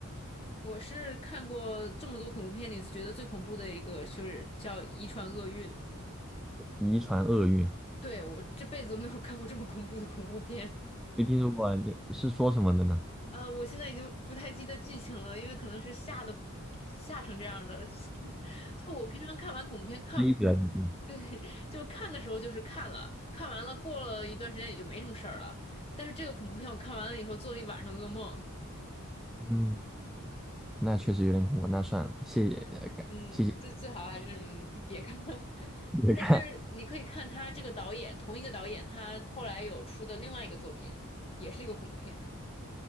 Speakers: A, on the left; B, in the centre.
A: 我是看过这么多恐怖片里觉得最恐怖的一个，就是叫《遗传厄运》。
B: <laughs> 遗传厄运。
A: 对我这辈子没有看过这么恐怖的恐怖片。
B: 没听说过啊，你是说什么的呢？
A: 呃，我现在已经不太记得剧情了，因为可能是吓的吓成这样的。<laughs> 就我平常看完恐怖片，看
B: 是一表人精。
A: <laughs> 对，就看的时候就是看了，看完了过了一段时间也就没什么事儿了。但是这个恐怖片我看完了以后做了一晚上噩梦，
B: 嗯，那确实有点恐怖，那算了，谢谢，呃感谢谢
A: 嗯，最最好还是嗯别看了。<laughs>
B: 你看
A: 但是你可以看他这个导演，同一个导演，他后来有出的另外一个作品，也是一个恐怖片，